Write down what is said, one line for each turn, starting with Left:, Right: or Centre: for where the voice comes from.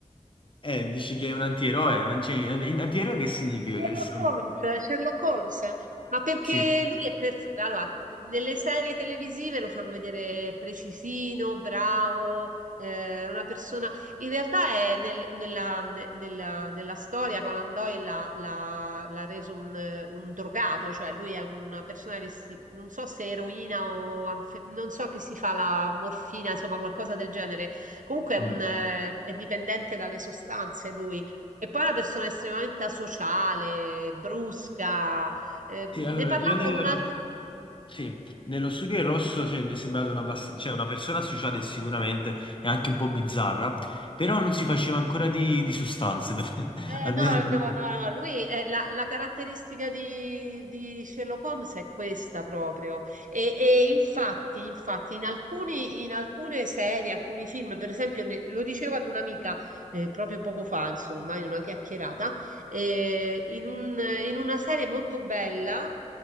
Left: eh, dici che è un antieroe, ma non c'è- eh, antieroe che significa?
Right: Sherlock
Left: Che sono-
Right: Holmes, Sherlock Holmes, ma perché
Left: Sì.
Right: lui è perfetto. Allora, nelle serie televisive lo fanno vedere precisino, bravo, eh, una persona. In realtà è nel- nella, nella- nella storia Conan Doyle l'ha l'ha- l'ha reso un, un drogato, cioè lui è una persona che si, non so se eroina o anfe- non so che si fa la morfina, insomma, qualcosa del genere. Comunque è, un,
Left: Mm.
Right: eh, è dipendente dalle sostanze e poi è una persona estremamente asociale, brusca. Eh,
Left: Sì,
Right: ne
Left: allora,
Right: parlavo
Left: io nel,
Right: con un'altra.
Left: Sì, nello studio in rosso cioè, mi è sembrato una, abbast- cioè, una persona associata e sicuramente e anche un po' bizzarra, però non
Right: sì,
Left: si faceva ancora di, di sostanze, per-
Right: Eh,
Left: <laughs> almeno
Right: no,
Left: nel primo.
Right: no, no, no, lui è la, la caratteristica di, di Sherlock Holmes è questa proprio. E, e infatti, infatti, in alcuni, in alcune serie, alcuni film, per esempio, ne- lo dicevo ad un'amica eh, proprio poco fa, insomma, in una chiacchierata, eh, in un- in una serie molto bella,